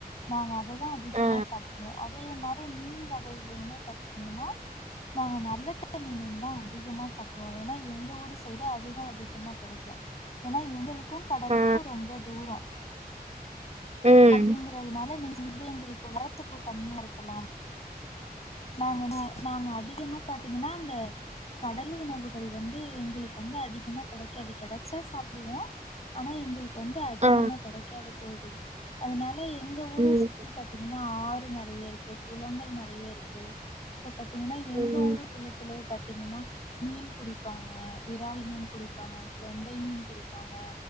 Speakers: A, on the left; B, on the right.
A: நாங்க அததான் அதிகமா
B: ஆ
A: சாப்பிடுவோம் அதே மாரி மீன் வகையிலயுமே பாத்தீங்கன்னா நாங்க நல்ல தண்ணீ மீன் தான் அதிகமா சாப்டுவோம் ஏன்னா எங்க ஊர் சைடு அதுதான் அதிகமா கெடைக்கும் ஏன்னா எங்களுக்கும் கடலுக்கும்
B: ஆ
A: ரொம்ப தூரம்
B: ம்
A: அப்படிங்கறதுனால
B: ம்
A: நீங்க வந்து எங்களுக்கு இப்ப வரத்துக்குள் கம்மியா இருக்கலாம் நாங்கனு நாங்க அதிகமா பாத்தீங்கன்னா அந்த கடல் உணவுகள் வந்து எங்களுக்கு வந்து அதிகமா கெடைக்காது கெடைச்சா சாப்பிடுவோம் அனா எங்களுக்கு வந்து அதிகமா
B: ஆ
A: கெடைக்காது தோழி அதனால எங்க ஊரு
B: ம்
A: சுத்தி ப பாத்தீங்கன்னா ஆறு நெறைய இருக்கு குளங்கள் நெறைய இருக்கு இப்ப பாத்தீங்கன்னா எங்க
B: ம்
A: ஊர் குளத்திலே பா த்தீங்கன்னா மீன் புடிப்பாங்க விறால் மீன் புடிப்பாங்க கெண்டை மீன் புடிப்பாங்க